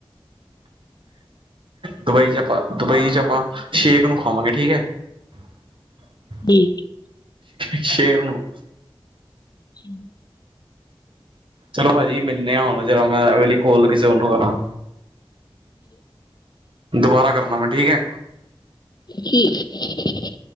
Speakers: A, on the right; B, on the left.
A: ਦੁਬਈ ਚ ਆਪਾਂ ਦੁਬਈ ਚ ਆਪਾਂ ਸ਼ੇਕ ਨੂੰ ਖਾਵਾਂਗੇ ਠੀਕ ਏ <unintelligible>
B: <unintelligible>
A: ਸ਼ੇਰ ਨੂੰ
B: ਜੀ
A: ਚਲੋ ਭਾਜੀ ਮਿਲਣੇ ਹਾਂ ਹੁਣ ਜਦ ਮੈਂ ਅਗਲੀ ਕਾਲ ਕਿਸੇ ਹੋਰ ਨੂੰ ਕਰਾਂ ਦੁਬਾਰਾ ਕਰਨਾ ਮੈਂ ਠੀਕ ਹੈ।
B: ਕੀ <unintelligible>